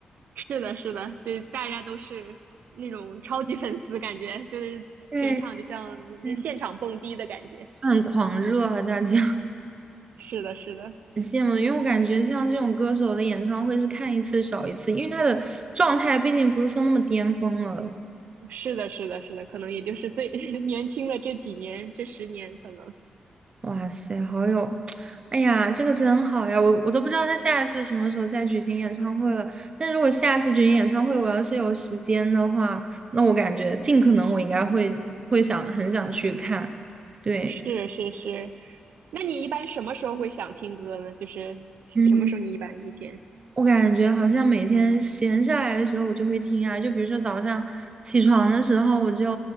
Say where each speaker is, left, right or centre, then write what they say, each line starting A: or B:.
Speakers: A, on the right; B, on the right.
A: 是的，是的，就大家都是那种超级粉丝，感觉就是全场就像现场蹦迪的感觉。
B: 对，对，很狂热啊，大家 <laughs>
A: 是的，是的，
B: 很羡慕，因为我感觉像这种歌手的演唱会是看一次少一次，因为他的状态毕竟不是说那么巅峰了。
A: 是的，是的，是的，可能也就是最 <laughs> 年轻的这几年，这十年可能
B: 哇塞，好有，<tsk> 哎呀，这个真好呀！我我都不知道他下一次什么时候再举行演唱会了。但如果下次举行演唱会，我要是有时间的话，那我感觉尽可能我应该会会想很想去看。对，
A: 是是是。那你一般什么时候会想听歌呢？就是什么时候你一般一天？
B: 嗯。我感觉好像每天闲下来的时候，我就会听啊，就比如说早上起床的时候，我就